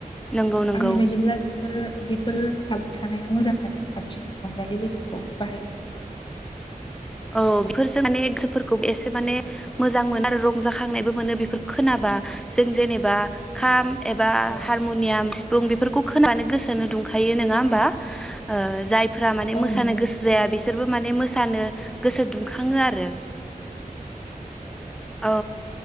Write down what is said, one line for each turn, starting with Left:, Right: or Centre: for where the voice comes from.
Centre: नंगौ नंगौ
Left: आंनि बायदिब्ला बेफोर बेफोर थाब थानाया मोजां आरो साबसिन रंजालि बैसागुखौ बाहायनाया,
Centre: औ बेफोरजों माने गोसोफोरखौ एसे माने मोजां मोनो आरो रंजाखांनायबो मोनो बेफोर खोनाबा जों जेनेबा खाम, एबा
Left: औ
Centre: हारमनियाम, बुं बेफोरखौ खोनानो गोसोनो दुंखायो नङा होमबा ओ जाय फ्रा माने
Left: औ
Centre: मोसानो
Left: नंगौ
Centre: गोसो
Left: नोंथां
Centre: जाया बिसोर, बोमाने मोसानो गोसो दुंखाङो आरो औ